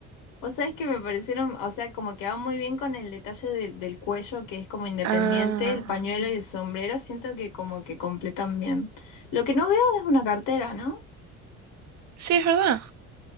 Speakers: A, on the left; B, on the right.
A: Vos sabés que me parecieron, o sea, como que va muy bien con el detalle del del cuello, que es como independiente,
B: Ah,
A: el pañuelo y el sombrero, siento que como que completan bien. Lo que no veo es una cartera, ¿no?
B: sí, es verdad.